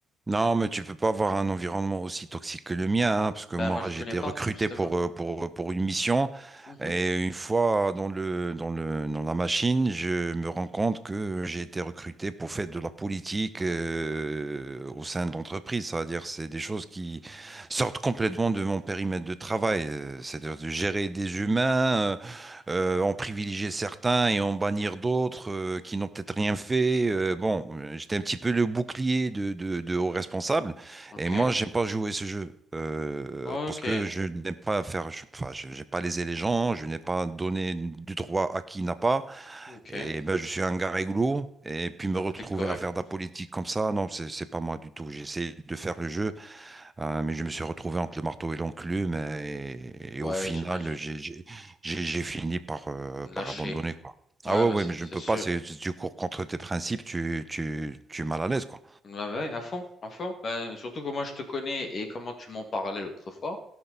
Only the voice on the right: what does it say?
Non, mais tu peux pas avoir un environnement aussi toxique que le mien, hein, parce que
moi
j'étais
recruté
pour, euh, pour, euh, pour une mission
et une fois dans le, dans le, dans la machine, je me rends compte que j'ai été recruté pour faire de la politique euh, au sein de l'entreprise. C'est-à-dire c'est des choses qui sortent complètement de mon périmètre de travail. euh, C'est-à-dire de gérer des humains, euh, euh, en privilégier certains et en bannir d'autres euh, qui n'ont peut-être rien fait. Euh, bon, j'étais un petit peu le bouclier de, de, de aux responsables.
Et moi, j'aime pas jouer ce jeu. euh,
parce que je n'aime pas faire, je- enfin, je n'ai pas lésé les gens, je n'ai pas donné du droit à qui n'a pas,
et ben je suis un gars réglo, et puis me
retrouver
à faire de la politique comme ça, non, c'est c'est pas moi du tout. J'essaie de faire le jeu euh, mais je me suis retrouvé entre le marteau et l'enclume et,
et au final,
j'ai j'ai- j'ai- j'ai fini par, euh,
par abandonner, quoi.
Ah ouais,
ouais,
mais je
ne peux
pas, c'est- si tu cours contre tes principes, tu, tu, tu es mal à l'aise, quoi.